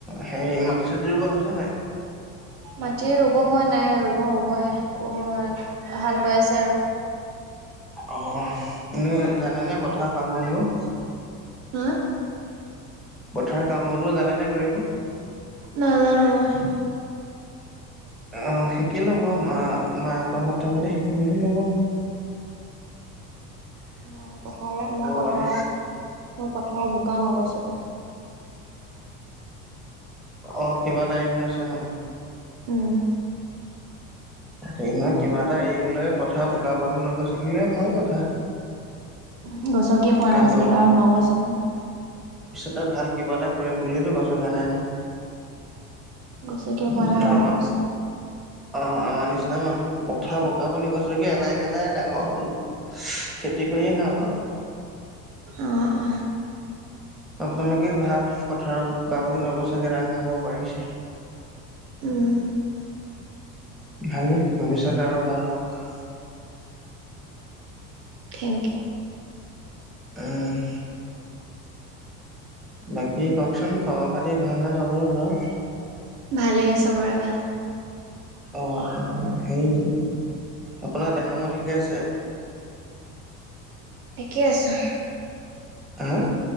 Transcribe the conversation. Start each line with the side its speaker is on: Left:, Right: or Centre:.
Centre: সেই মাটি চাটি ৰোৱা হৈছে নাই।
Right: মাটি ৰুব হোৱা নাই ৰুব হবহে ক হাল বয় আছে আৰু।
Centre: অ' এনেই জানে নে পথাৰ কাম বনবোৰ।
Right: উম,
Centre: পথাৰৰ কাম বন বোৰ জানে নে কৰিব?
Right: নাজাৰো মই।
Centre: অ' শিকি লব মা-মাকৰ ঘৰত থাকোতে শিকি লব। উম, <inaudible>
Right: অ' পথাৰ মই পথাৰ
Centre: পাৰে
Right: মই পথাৰ বোকা নগছো।
Centre: অ' কিবা টাইম লৈছে মানে।
Right: উম
Centre: অ' নহয় কিবা এটা এৰিমৈ পথা বোকা পানী নগৰ ছিকিলে ভাল কথা।
Right: উ গছকিয় পোৱা
Centre: কাৰণ
Right: না আছিলেকে আৰু নগছ একো।
Centre: ত' ভাল কিবা এটা কৰিম বুলিতো গৈছকা নাই ন।
Right: গচকিযে
Centre: উম
Right: পোৱা নাই আৰু
Centre: আমাৰ
Right: নগচো।
Centre: অ' আমাৰ নিচিনা মানুহ পথাৰ বগা পানী গছকি এলাই ঘেলাই ডাঙৰ হ'লো। খেতি কৰিয়ে খাম আৰু।
Right: অ'-অ'।
Centre: তেনেকে ভাল পথাৰত বোকা পানী নগচাকে ডাঙৰ হ'ব পাৰিছে।
Right: উম।
Centre: ভালেই ভৱিষ্যত আৰু ভাল হওক।
Right: Thank you.
Centre: উম্। বাকী কওকচোন খবৰ খাতি ভাল নে চবৰে ঘৰত।
Right: ভালেই চবৰে ভাল।
Centre: অ'-অ'সেই আপোনাৰ দেহা মোৰ ঠিকে আছে।
Right: ঠিকে আছোঁ।
Centre: হা।